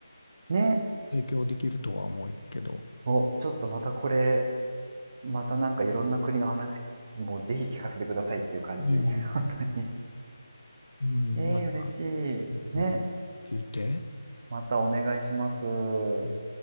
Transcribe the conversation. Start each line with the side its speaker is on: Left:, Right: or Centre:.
Right: ね。
Left: う提供できるとは思うけど、
Right: お、ちょっとまたこれ、またなんかいろんな国の話もぜひ聞かせてくださいっていう感じ。
Left: うん。
Right: <laughs> 本当に。
Left: うん、
Right: ええー、
Left: また、
Right: 嬉しい。
Left: うん、
Right: ね。
Left: 聞いて。
Right: またお願いします。
Left: うん